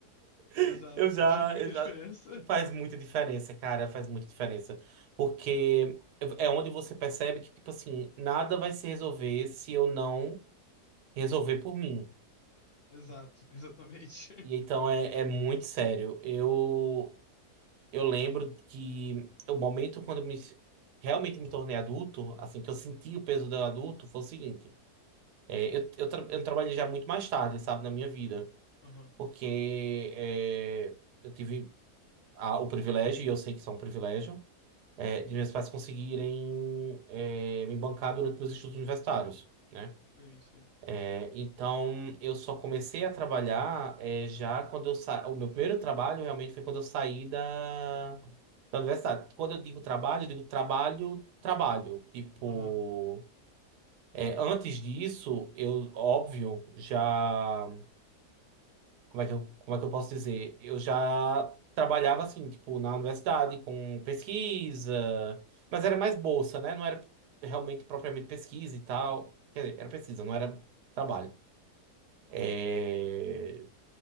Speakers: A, on the left; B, on the right.
A: Exato.
B: <laughs> Eu já,
A: Faz muita
B: eu já.
A: diferença.
B: Faz muita diferença, cara, faz muita diferença. Porque é onde você percebe que, tipo assim, nada vai se resolver se eu não resolver por mim.
A: Exato, exatamente.
B: E então é, é muito sério. Eu, eu lembro que o momento quando eu me, realmente me tornei adulto, assim, que eu senti o peso do adulto, foi o seguinte. É, eu, eu, tra- eu trabalhei já muito mais tarde, sabe, na minha vida,
A: <laughs> Aham,
B: porque é, eu tive a- o privilégio, e eu sei que isso é um privilégio, é, de meus pais conseguirem é, me bancar durante meus estudos universitários, né?
A: sim, sim.
B: É, então, eu só comecei a trabalhar é, já quando eu sa... O meu primeiro trabalho realmente foi quando eu saí da, da universidade. Quando eu digo trabalho, eu digo trabalho, trabalho. Tipo,
A: Aham,
B: é, antes disso, eu, óbvio, já. como é que eu, como é que eu posso dizer? Eu já trabalhava assim, tipo, na universidade com pesquisa, mas era mais bolsa, né? Não era realmente propriamente pesquisa e tal. Quer dizer, era pesquisa, não era trabalho. É,